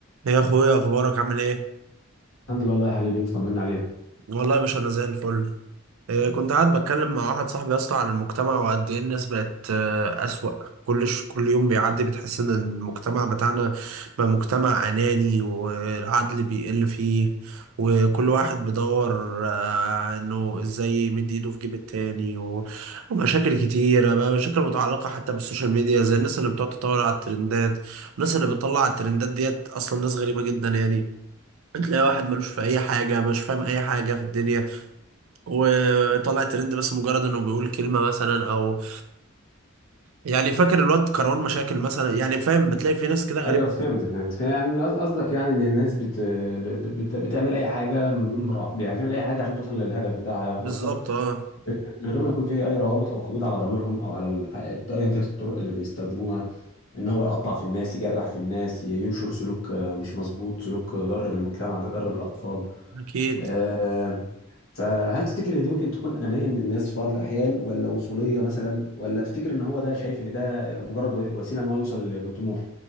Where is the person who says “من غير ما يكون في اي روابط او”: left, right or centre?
Left